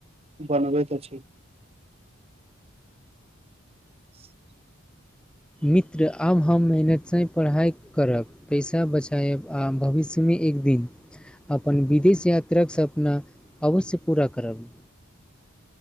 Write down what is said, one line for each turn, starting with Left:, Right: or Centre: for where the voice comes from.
Right: बनबैत अछि <inaudible>
Centre: मित्र आब हम मेहनतसँ पढ़ाइ करब पैसा बचायब आ भविष्य में एक दिन अपन विदेश यात्रा कऽ सपना अवश्य पूरा करब